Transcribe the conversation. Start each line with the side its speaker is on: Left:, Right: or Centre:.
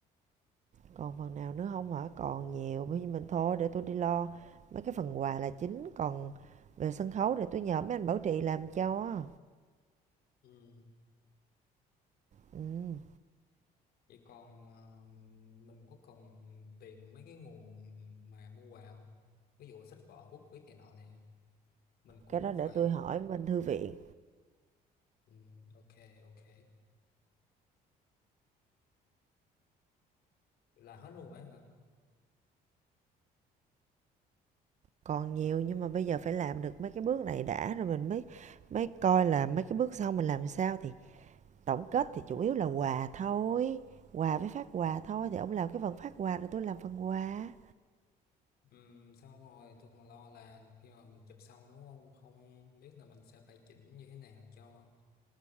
Right: còn phần nào nữa không hả còn nhiều bây giờ mình thôi để tôi đi lo mấy cái phần quà là chính còn về sân khấu để tôi nhờ mấy anh bảo trì làm cho
Left: ừ.
Right: ừ.
Left: vậy còn ờ, mình có cần tìm mấy cái nguồn mà mua quà không ví dụ sách vở bút viết này nọ này mình cũng
Right: cái đó để
Left: phải
Right: tôi hỏi bên thư viện
Left: ừ, ok ok là hết luôn ấy hả
Right: còn nhiều nhưng mà bây giờ phải làm được mấy cái bước này đã rồi mình mới mới coi là mấy cái bước sau mình làm sao thì tổng kết thì chủ yếu là quà thôi quà với phát quà thôi thì ông làm cái phần phát quà rồi tôi làm phần quà
Left: Ừm, xong rồi tôi còn lo là khi mà mình chụp sau đúng không không biết là mình sẽ phải chỉnh như thế nào cho